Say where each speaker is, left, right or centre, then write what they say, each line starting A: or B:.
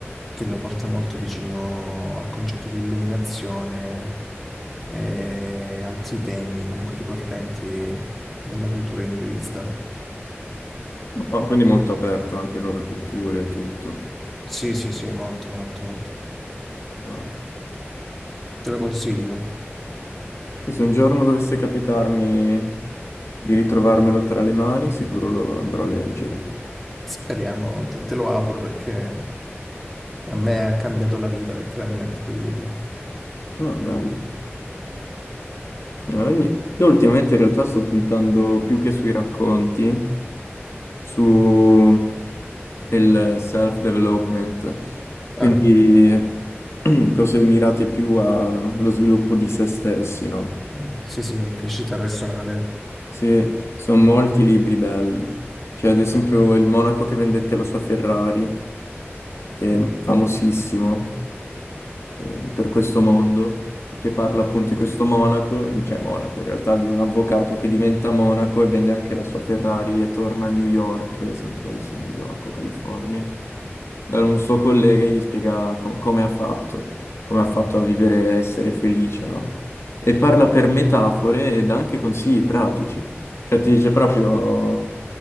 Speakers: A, in the centre; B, on the left (about 75°).
A: che lo porta molto vicino al concetto di illuminazione e altri temi comunque ricorrenti nella cultura induista.
B: Oh, quindi molto aperto anche a nuove culture e tutto.
A: Sì, sì, sì, molto, molto, molto.
B: Wow.
A: Te lo consiglio.
B: E se un giorno dovesse capitarmi di ritrovarmelo tra le mani, sicuro lo andrò a leggere.
A: Speriamo, te te lo auguro perché... A me ha cambiato la vita letteralmente quel libro.
B: No, bello. Eh, ogni- Io ultimamente in realtà sto puntando più che sui racconti, su e il self-development, quindi
A: Ah,
B: <clears throat> cose mirate più allo sviluppo di se stessi, no?
A: mm, sì, sì, crescita personale.
B: Se, sono molti libri belli, cioè ad esempio il monaco che vendette la sua Ferrari, che
A: Mm,
B: è famosissimo, eh, per questo mondo, che parla appunto di questo monaco, cioè monaco in realtà, di un avvocato che diventa monaco e vende anche la sua Ferrari e torna a New York, se non sbaglio, sì, New York o California, da un suo collega e gli spiega com- come ha fatto, come ha fatto a vivere, a essere felice, no? E parla per metafore e dà anche consigli pratici, cioè ti dice proprio...